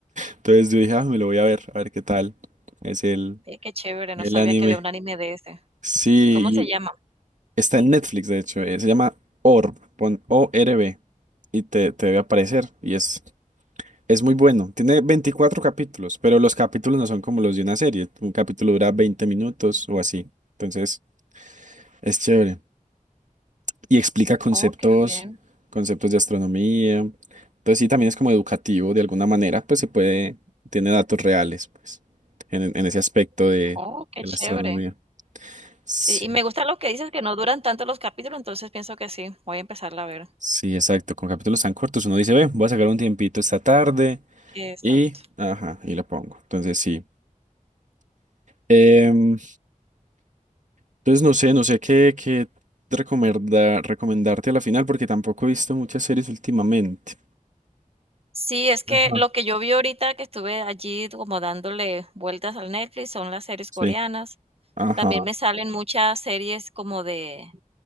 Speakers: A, on the right (about 60°); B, on the right (about 45°).
A: Entonces yo dije, ah, me lo voy a ver, a ver qué tal. Es el,
B: Eh, qué chévere,
A: el
B: no sabía
A: anime.
B: que había un anime de ese.
A: Sí,
B: ¿Cómo se llama?
A: y está en Netflix, de hecho. eh, se llama Orb, pon O-R-B, y te, te debe aparecer. Y es, es muy bueno. Tiene 24 capítulos, pero los capítulos no son como los de una serie. Un capítulo dura 20 minutos o así. Entonces, es chévere. y explica conceptos,
B: Oh, qué bien.
A: conceptos de astronomía. Entonces sí, también es como educativo de alguna manera, pues se puede, tiene datos reales, pues, en, en ese aspecto de,
B: Oh, qué
A: de
B: chévere.
A: la astronomía. Sí,
B: Sí, y me gusta lo que dices, que no duran tanto los capítulos, entonces pienso que sí, voy a empezarla a ver.
A: sí, exacto. Con capítulos tan cortos uno dice, ve, voy a sacar un tiempito esta tarde
B: Exacto.
A: y, ajá, y lo pongo. Entonces sí. Em, entonces no sé, no sé qué, qué recomendarda- recomendarte a la final porque tampoco he visto muchas series últimamente.
B: Sí, es que
A: Ajá.
B: lo que yo vi ahorita que estuve allí como dándole vueltas al Netflix son las series
A: Sí,
B: coreanas.
A: ajá.
B: También me salen muchas series como de,